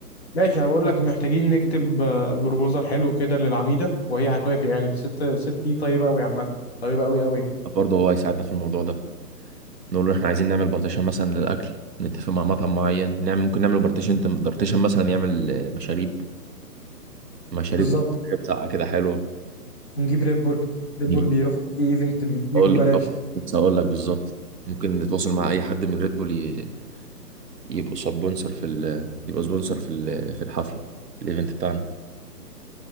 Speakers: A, on the left; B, on the right.
A: ماشي انا بقول لك محتاجين نكتب آه، بروبوزال حلو كده للعميدة وهي هتوافق يعني الست الست دي طيبة قوي عامة طيبة قوي قوي
B: برضه هو هيساعدنا في الموضوع ده نقول له احنا عايزين نعمل بارتيشن مثلا للاكل نتفق مع مطعم معين نعمل ممكن نعمل بارتيشن بارتيشن مثلا يعمل آه، مشاريب مشاريب
A: بالظبط
B: حاجات ساقعه كده حلوه
A: ونجيب ريد بول ريد
B: نيجي-
A: بول بيروحوا في ايفنت بيجوا
B: اقول
A: ببلاش
B: لك آه، كنت هقول لك بالظبط ممكن نتواصل مع اي حد من ريد بول ي... يبقوا سبونسر في ال... يبقى سبونسر في ال... في الحفله في الايفنت بتاعنا